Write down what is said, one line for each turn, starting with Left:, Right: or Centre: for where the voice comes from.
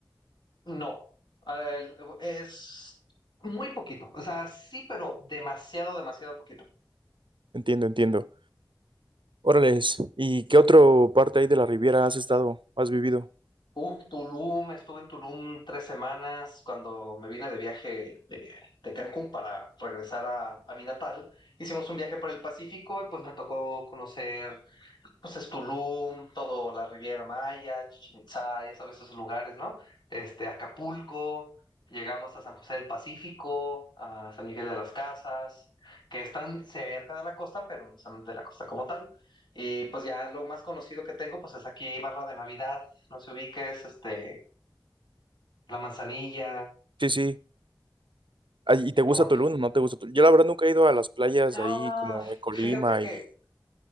Left: No, eh, es muy poquito, o sea, sí, pero demasiado, demasiado poquito.
Right: Entiendo, entiendo. Órales, ¿y qué otro parte ahí de la Riviera has estado, has vivido?
Left: Uf, Tulum, estuve en Tulum tres semanas cuando me vine de viaje de, de Cancún para regresar a, a mi natal. Hicimos un viaje por el Pacífico y pues me tocó conocer Pues es Tulum, todo la Riviera Maya, Chichén Itzá, ya sabes esos lugares, ¿no? Este, Acapulco, llegamos a San José del Pacífico, a San Miguel de las Casas, que están cerca de la costa, pero no son de la costa como tal. Y pues ya lo más conocido que tengo, pues es aquí Barra de Navidad, no se ubiques, este, La Manzanilla,
Right: Sí, sí. Ay, ¿Y te gusta
Left: Tomatla.
Right: Tulum? ¿No te gusta Tulum? Yo la verdad nunca he ido a las playas
Left: Ah,
Right: de ahí, como en Colima
Left: fíjate que
Right: y...